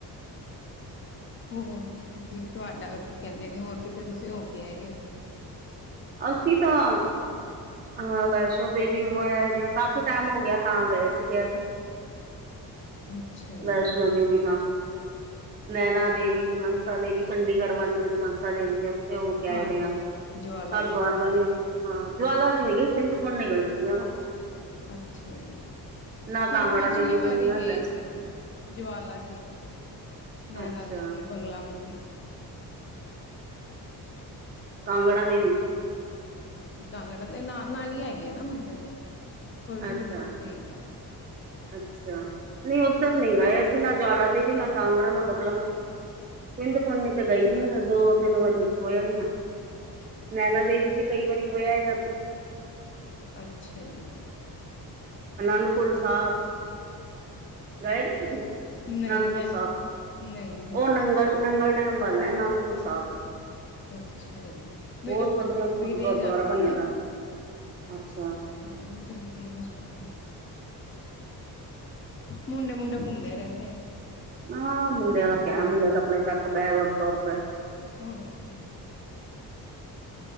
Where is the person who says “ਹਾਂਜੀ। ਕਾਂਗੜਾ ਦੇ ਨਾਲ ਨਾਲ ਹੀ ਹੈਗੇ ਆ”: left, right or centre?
Left